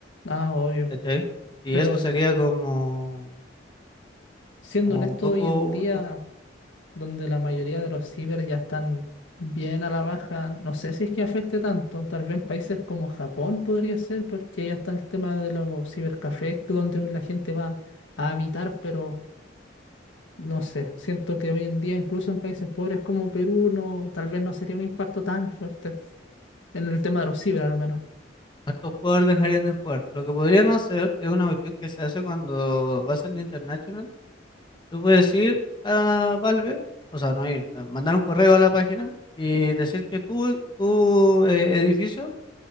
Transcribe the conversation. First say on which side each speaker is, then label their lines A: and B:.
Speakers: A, on the left; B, on the left.
A: ah, obvio.
B: ¿Cachai? Y
A: Pero
B: eso
A: s-
B: sería como,
A: siendo
B: como
A: honesto,
B: un poco,
A: hoy en día.
B: to-
A: donde la mayoría de los ciber ya están bien a la baja. No sé si es que afecte tanto, tal vez en países como Japón podría ser, porque ya está el tema de los cibercafés, donde la gente va a habitar, pero no sé, siento que hoy en día, incluso en países pobres como Perú, no, tal vez no sería un impacto tan fuerte en el tema de los ciber, al menos.
B: hartos jugadores dejarían de jugar. Lo que podrían hacer es una cuestión que se hace cuando vas al International. Tú puedes ir a Valve, o sea, no ir, eh, mandar un correo a la página y decir que tú, tu eh, edificio